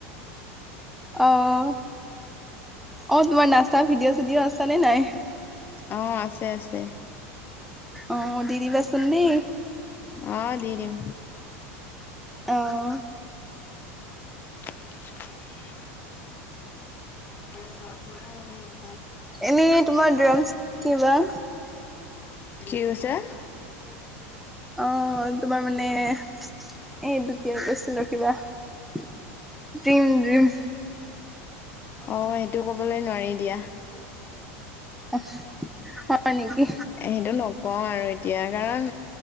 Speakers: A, in the centre; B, on the left.
A: অহ অ তোমাৰ নাচা ভিডিঅ' চিডিঅ' আছে নে নাই?
B: অঁ আছে আছে।
A: অঁ দি দিবাচোন দেই।
B: অ দি দিম।
A: অঁ।
B: <inaudible> <inaudible>
A: এনেই তোমাৰ ড্ৰাম কি বা?
B: কি কৈছা?
A: অ তোমাৰ মানে এইটো কিয় কৈছিলো ৰখিবা ড্ৰীম ড্ৰীম।
B: অ এইটো কবলৈ নোৱাৰি দিয়া।
A: অ হয় নেকি?
B: সেইটো নকওঁ আৰু এতিয়া কাৰণ